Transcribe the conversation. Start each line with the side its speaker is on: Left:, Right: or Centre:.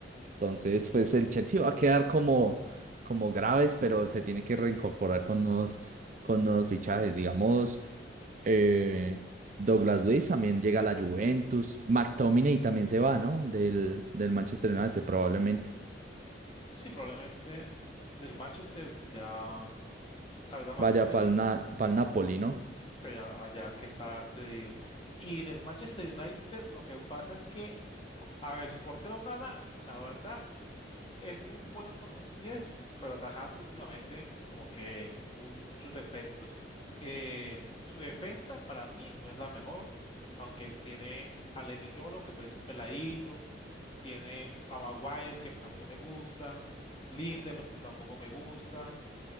Right: entonces, pues el Chelsea va a quedar como, como graves, pero se tiene que reincorporar con nuevos, con nuevos fichajes. Digamos, eh, Douglas Luiz también llega a la Juventus. McTominay también se va, ¿no? Del, del Manchester United probablemente.
Left: Sí, probablemente del Manchester ya salga McTominay,
Right: Vaya para el Napoli, ¿no?
Left: sea allá que está cedido. Y en el Manchester United lo que pasa es que, a ver, su portero Nana, la verdad, es muy bueno con los pies, pero atajando últimamente como que muy, muchos defectos. Eh, su defensa para mí no es la mejor, aunque tiene a Lenny Yolo, que pues es un peladito, tiene a Maguire, que pues a mí no me gusta, Lindelof, que tampoco me gusta,